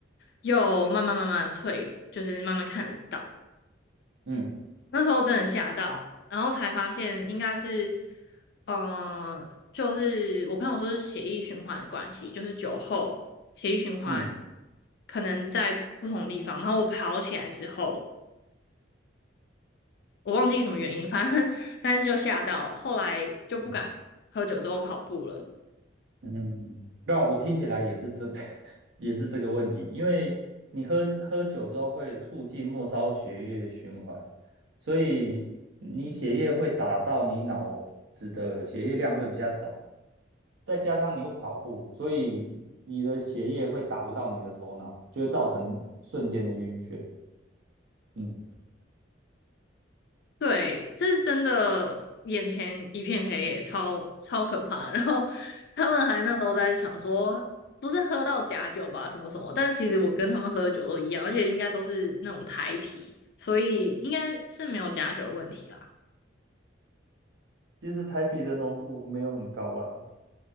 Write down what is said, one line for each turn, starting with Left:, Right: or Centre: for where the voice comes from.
Left: 又慢慢慢慢退，就是慢慢看得到。
Right: 嗯
Left: 那时候真的吓到，然后才发现应该是，呃，就是我朋友说是血液循环的关系，就是酒后血液循环
Right: 嗯。
Left: 可能在不同地方。然后我跑起来之后，我忘记什么原因，反正 <laughs> 但是就吓到，后来就不敢喝酒之后跑步了。
Right: 嗯嗯，那我听起来也是这，<laughs> 也是这个问题，因为你喝喝酒之后会促进末梢血液循环，所以你血液会打到你脑子的血液量会比较少，再加上你又跑步，所以你的血液会打不到你的头脑，就会造成瞬间的晕眩。嗯，
Left: 对，这是真的，眼前一片黑耶，超超可怕的然后他们还那时候在想说，不是喝到假酒吧，什么什么。但其实我跟他们喝的酒都一样，而且应该都是那种台啤，所以应该是没有假酒的问题啦。
Right: 其实台啤的浓度没有很高啦，